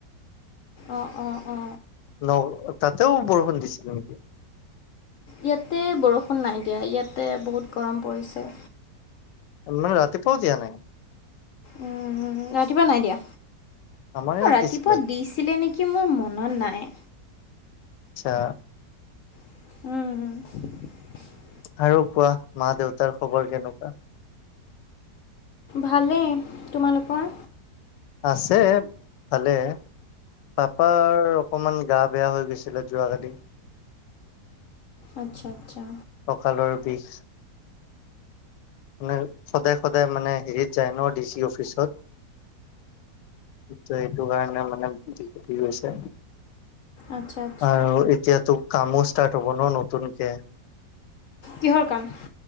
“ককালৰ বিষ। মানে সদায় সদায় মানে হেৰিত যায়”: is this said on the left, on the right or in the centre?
Left